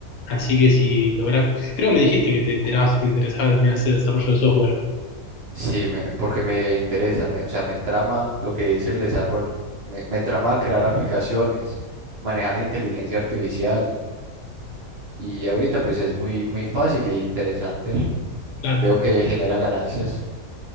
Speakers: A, on the left (about 75°); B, on the right (about 60°).
A: así que si logras, creo que me dijiste que te, te te interesaba también hacer desarrollo de software.
B: Sí, me, porque me interesa, me- o sea, me trama lo que es el desarrollo. Me, me trama crear aplicaciones, manejar la inteligencia artificial. Y ahorita pues es muy, muy fácil e interesante.
A: Claro,
B: Veo que genera ganancias,